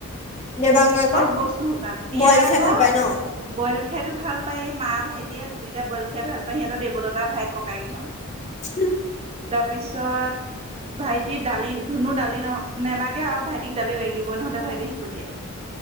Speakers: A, on the left (about 30°); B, on the right (about 25°).
A: দেবাংগই আকৌ
B: চব বস্তু শুকান দিয়া
A: বইল খাই
B: আকৌ।
A: ভাল পায় ন
B: বইল খেতো ভাল পায় মা ভাইটিয়ে দুইটা বইল খাই ভাল পায় সিহঁতৰ দেৱলতা ভাইক ককাইক ইহত।
A: উম।
B: তাৰপিছত। ভাইটি দালি ধুনু দালি ন নালাগে আৰু ভাইটিক দালি লাগিবই নহ'লে ভাইটিৰ শিকটি আই।